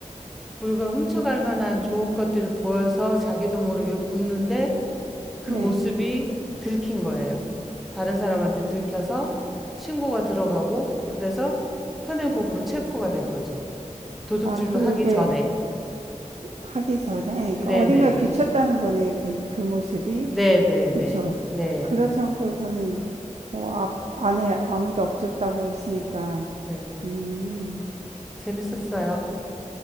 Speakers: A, in the centre; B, on the right.
A: 물건 훔쳐갈 만한 좋은 것들을 보여서 자기도 모르게 웃는데 그
B: 네.
A: 모습이 들킨 거예요. 다른 사람한테 들켜서 신고가 들어가고 그래서 현행법으로 체포가 된 거죠. 도둑질도
B: 아, 그게
A: 하기 전에.
B: 하기 전에 그
A: 네네네.
B: 어딘가에 비쳤다는 거네 그, 그 모습이
A: 네네네.
B: 그쵸
A: 네.
B: 그렇지 않고서는 뭐 앞, 안에 아무도 없었다고 했으니까
A: 네.
B: 음
A: 재밌었어요.